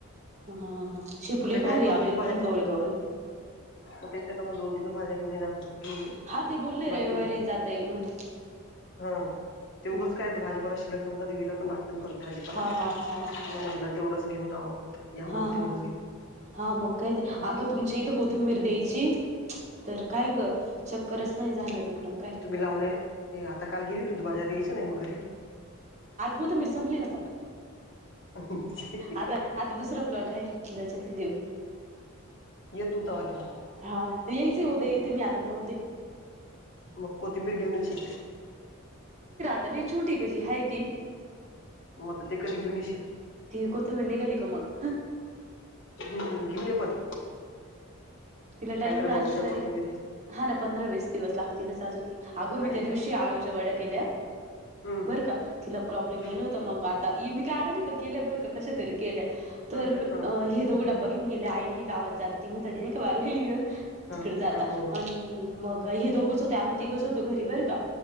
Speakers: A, on the right (about 35°); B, on the left (about 60°).
A: ह ह ह हां शिपली
B: ते काय
A: भारी
B: दोन
A: अगं
B: तीन
A: एकदम
B: भाज्या
A: कवळे कवळे
B: मग ते त्यां मग दोन तीनच भाज्या घेऊन जास्त क नाही
A: हा ते बोलले रविवारी
B: बाकी ये
A: जाता येईल म्हणे
B: हा ते
A: हम्म
B: उघंच काय भाजीप शिक नव दिदीला पण लागत परतेताला
A: हा हा हा हा.
B: म्हट तेवढंच घेऊन जाव फक्त या म्हटलं
A: हा
B: तेवढंच
A: हा
B: घेऊ
A: हा मग काय तर
B: बाकी
A: अगं तुमच्या इथं कोथिंबीर द्यायची तर काय ग चक्करच नाही झालं तिकड काय
B: मी लावले आता काल गेलीत तू बाजारात यायचं नाही मग घरी
A: गोत मरी संपली ना पण
B: <inaudible>
A: आता आता दुसरा प्लॉट आहे द्यायच ते देऊ.
B: येतू तवा घेऊन.
A: हा ते यायच उद्या येते मी आता मरू दे.
B: मग कोथिंबीर घेऊनची
A: ला छोटी कझी हा ती
B: मग तर ते कधी घेऊन येशील
A: ती कोत म नि घाली का मग
B: हम्म घेऊन ये पण
A: तिला टाईम
B: काहीतरी
A: आहे
B: बनवत्या
A: अजून तरी.
B: कोथंबिरीच
A: हा ना पंधरा वीस दिवस लागतीलच अजून.
B: हा
A: अग
B: काही
A: मी त्या
B: नाही
A: दिवशी
B: काही नाही
A: आळूच्या वड्या केल्या
B: हम्म
A: बरं का तिला प्रॉब्लेम
B: हम्म
A: येल होत त मग आता ये मी का अडाणी हे का केल्या बर का कशा तरी केल्या तर
B: हा हा
A: हे दोघडं- ब घेऊन गेले आईने हे गावात जात ती म्हाताडी नाही का वारलेली ग
B: हा
A: तिकडे जाता
B: हा बरोबर
A: आणि मग हे दोघंच होते आम्ही तिघच होतो घरी बर का.